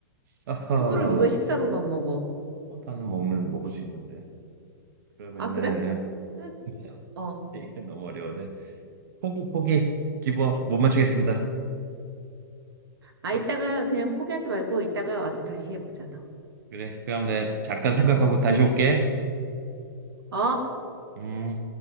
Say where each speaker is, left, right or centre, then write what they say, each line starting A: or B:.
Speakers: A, on the right (about 60°); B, on the right (about 85°).
A: 아하.
B: 두부를 누가 식사로만 먹어.
A: 어, 나는 먹는 먹을 수 있는데. 그러면은
B: 아, 그래? 응,
A: <laughs>
B: 어.
A: 이게 너무 어려운데. 포기, 포기. 기버 못 맞추겠습니다.
B: 아,
A: 정,
B: 이따가 그냥 포기하지 말고 이따가 와서 다시 해보자, 더.
A: 그래. 그럼 내가 잠깐 생각하고
B: 응.
A: 다시 올게.
B: 어?
A: 음.